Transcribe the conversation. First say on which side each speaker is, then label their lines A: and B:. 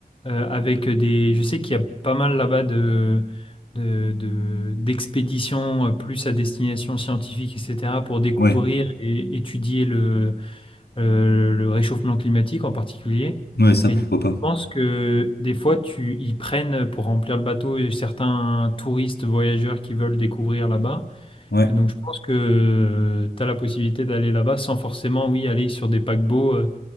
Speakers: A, on the left (about 30°); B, on the left (about 80°).
A: euh, avec des. Je sais qu'il y a pas mal là-bas de, de- de- d'expéditions euh, plus à destination scientifique, etc., pour découvrir
B: Ouais,
A: et étudier le, euh, le réchauffement climatique en particulier.
B: ouais, ça,
A: Et
B: pourquoi
A: du coup,
B: pas.
A: je pense que des fois, tu, ils prennent pour remplir le bateau certains touristes, voyageurs qui veulent découvrir là-bas.
B: Ouais.
A: Et donc, je pense que tu as la possibilité d'aller là-bas sans forcément, oui, aller sur des paquebots euh,